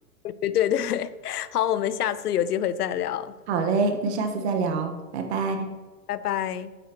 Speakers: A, on the left; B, on the right.
A: 对对对，<laughs> 好，我们下次有机会再聊，
B: 好嘞，那下次再聊，拜拜。
A: 拜拜。